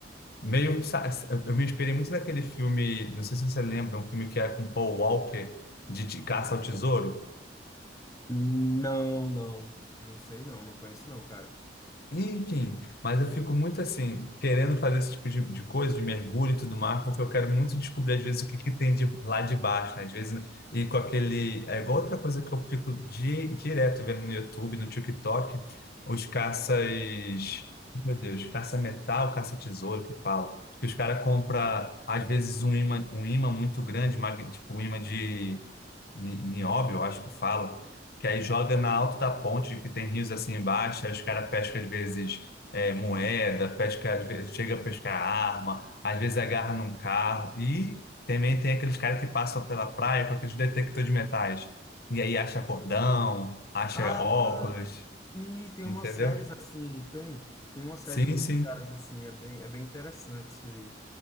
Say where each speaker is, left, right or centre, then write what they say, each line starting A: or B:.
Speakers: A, on the left; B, on the left.
A: Meio, sa- eu me inspirei muito naquele filme, não sei se você lembra, um filme que é com Paul Walker, de, de Caça ao Tesouro.
B: Não, não. Não sei não, não conheço não, cara.
A: Enfim, mas eu fico muito assim, querendo fazer esse tipo de, de coisa, de mergulho e tudo mais, porque eu quero muito descobrir, às vezes, o que, que tem de lá de baixo, né? Às vezes, e com aquele. É igual outra coisa que eu fico di- direto vendo no YouTube, no TikTok, os caças. Meu Deus, caça-metal, caça-tesouro que fala. Que os caras compram, às vezes, um imã, um imã muito grande, mag- tipo um imã de Ni- Nióbio, eu acho que fala, que aí joga na alta da ponte, que tem rios assim embaixo, aí os caras pescam às vezes é, moeda, pesca, às vezes chega a pescar arma, às vezes agarra num carro, e também tem aqueles caras que passam pela praia com aqueles detector de metais, e aí acha cordão, acha
B: Ah,
A: óculos,
B: sim, tem umas
A: entendeu?
B: séries assim, não tem? Tem uma série
A: Sim,
B: de uns
A: sim.
B: caras assim, é bem, é bem interessante isso aí.